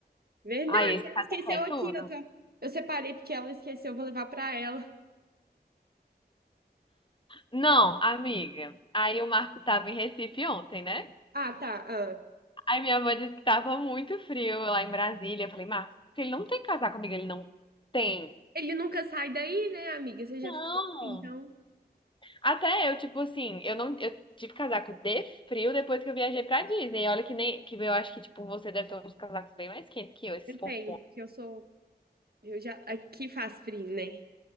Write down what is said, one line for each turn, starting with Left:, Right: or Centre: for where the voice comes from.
Right: Verdade,
Left: Ai, esse
Right: ela
Left: casaco
Right: esqueceu
Left: é
Right: aqui.
Left: tudo.
Right: Eu, tô- eu separei porque ela esqueceu, eu vou levar pra ela.
Left: Não, amiga. Aí o Marco tava em Recife ontem, né?
Right: Ah, tá. ah.
Left: Aí minha avó disse que tava muito frio lá em Brasília. Eu falei, Marcos, ele não tem casaco, amiga, ele não tem.
Right: Ele nunca sai daí, né, amiga? Você já
Left: Não.
Right: falou, então.
Left: Até eu, tipo assim, eu não, eu tive casaco de frio depois que eu viajei pra Disney. E olha que nem, que eu acho que, tipo, você deve ter uns casacos bem mais quentes que eu, esses
Right: Eu
Left: fofões.
Right: tenho, porque eu sou. Eu já. Aqui faz frio, né?